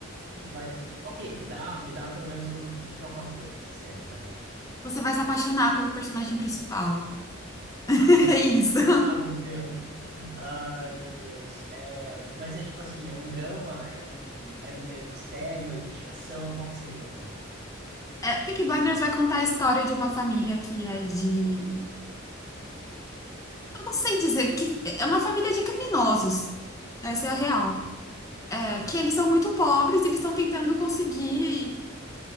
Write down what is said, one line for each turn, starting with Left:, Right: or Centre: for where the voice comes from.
Right: Peak Blinders. Ok, me dá, me dá pelo menos um, me diz alguma coisa dessa série, vai.
Left: Você vai se apaixonar pelo personagem principal. <laughs>
Right: Droga.
Left: É isso.
Right: Ah, meu Deus. Ai, meu Deus. É, mas é tipo assim, é um drama, é um é, é mistério, é investigação, qual que seria o,
Left: É, Peaky
Right: o gênero?
Left: Blinders vai contar a história de uma família que é de Eu não sei dizer que é uma família de criminosos. Essa
Right: Tá.
Left: é a real. É
Right: Aham.
Left: que eles são muito pobres, eles estão tentando conseguir